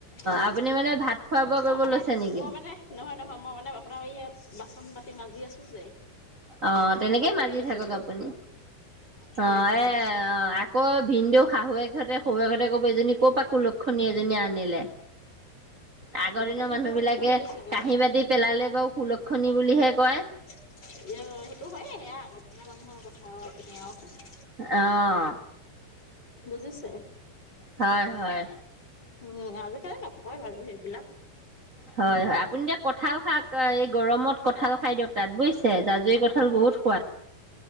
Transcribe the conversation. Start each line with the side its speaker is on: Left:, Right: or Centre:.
Left: অ',
Right: আপুনি মানে ভাত খোৱা বোৱা
Left: মই
Right: কৰিব
Left: মানে
Right: লৈছে নেকি?
Left: মই মানে নহয়, নহয় মই মানে আপোনাৰ এই বাচন বাাতি মাজি আছোঁ যে
Right: অ',
Left: হাতৰ
Right: তেনেকেই
Left: পৰা পৰি
Right: মাজী
Left: গৈছে
Right: থাকক
Left: গৈ
Right: আপুনি
Left: হয়
Right: অ',
Left: হয়
Right: এ অ', আকৌ ভিন দেউ শাহুৱহঁততে শহু এহঁতে কব এজনী ক'ৰপা কুলক্ষণী আনিলে।
Left: হাত
Right: আগৰ
Left: গোটেইখিনি
Right: দিনৰ মানুহ বিলাকে
Left: পৰি গৈছে গৈ
Right: কাঁহী বাতি পেলালে বাৰু কুলক্ষণি বুলিহে কয়।
Left: এ সেইটো হয়ে এয়া আগৰ দিনৰ মানুহৰ কথা আৰুপি আৰু।
Right: অ'।
Left: বুজিছে।
Right: হয়, হয়।
Left: উম আজি কালি নকয় বাৰু সেইবিলাক।
Right: হয়, হয় আপুনি এতিয়া কঁঠাল খাক এই গৰমত কঁঠাল খাই দিয়ক তাত বুজিছে জাজুৰি কঁঠাল কঁঠাল বহুত সোৱাদ।